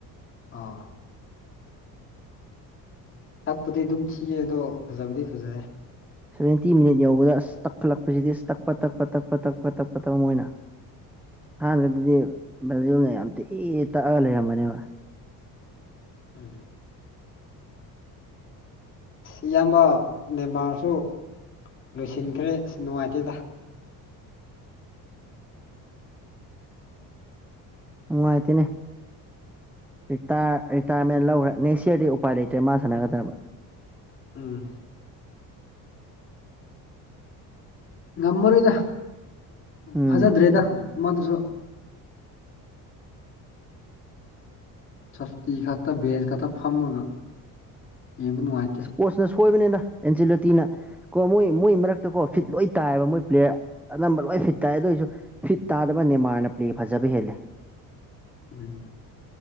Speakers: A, on the left; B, in the centre.
A: ꯑꯣ ꯊꯛꯄꯨꯗꯤ ꯑꯗꯨꯝ ꯊꯤꯌꯦ ꯑꯗꯣ ꯐꯖꯕꯗꯤ ꯐꯖꯔꯦ
B: ꯁꯚꯦꯟꯇꯤ ꯃꯤꯅꯤꯠ ꯌꯧꯕꯗ ꯑꯁ ꯇꯛꯈꯠꯂꯛꯄꯁꯤꯗꯤ ꯑꯁ ꯇꯛꯄ ꯇꯛꯄ ꯇꯛꯄ ꯇꯛꯄ ꯇꯛꯄ ꯇꯛꯄ ꯃꯣꯏꯅ ꯑꯍꯥꯟꯕꯗꯗꯤ ꯕ꯭ꯔꯥꯖꯤꯜꯅ ꯌꯥꯝ ꯇꯤ ꯇꯛꯑꯒ ꯂꯩꯔꯝꯕꯅꯦꯕ
A: ꯎꯝ ꯏꯌꯥꯝꯕ ꯅꯦꯟꯃꯥꯔꯁꯨ ꯂꯣꯏꯁꯤꯟꯈ꯭ꯔꯦ ꯑꯁ ꯅꯨꯡꯉꯥꯏꯇꯦꯗ
B: ꯅꯨꯡꯉꯥꯏꯇꯦꯅꯦ ꯔꯤꯇꯥꯌꯔ ꯔꯤꯇꯥꯌꯔꯃꯦꯟ ꯂꯧꯒ꯭ꯔꯦ ꯅꯦꯛꯁ ꯌꯔꯗꯤ ꯎꯄꯥꯏ ꯂꯩꯇ꯭ꯔꯦ ꯃꯥ ꯁꯥꯟꯅꯒꯗꯕ
A: ꯎꯝ ꯉꯝꯃꯔꯣꯏꯗ
B: ꯎꯝ
A: ꯐꯖꯗ꯭ꯔꯦꯗ ꯃꯥꯗꯨꯁꯨ ꯁꯁꯇꯤ ꯈꯛꯇꯥ ꯕꯦꯟꯖ ꯈꯛꯇꯥ ꯐꯝꯃꯒ ꯌꯦꯡꯕ ꯅꯨꯡꯉꯥꯏꯇꯦ
B: ꯀꯣꯆꯅ ꯁꯣꯏꯕꯅꯤꯗ ꯑꯦꯟꯖꯤꯂꯣꯇꯤꯅ ꯀꯣ ꯃꯣꯏ ꯃꯣꯏ ꯃꯔꯛꯇ ꯀꯣ ꯐꯤꯠ ꯂꯣꯏ ꯇꯥꯏꯑꯕ ꯃꯣꯏ ꯄ꯭ꯂꯦꯌꯔ ꯑꯅꯝꯕ ꯂꯣꯏ ꯐꯤꯠ ꯇꯥꯏ ꯑꯗꯨ ꯑꯣꯏꯁꯨ ꯐꯤꯠ ꯇꯥꯗꯕ ꯅꯦꯃꯥꯔꯅ ꯄ꯭ꯂꯦ ꯐꯖꯕ ꯍꯦꯜꯂꯦ
A: ꯎꯝ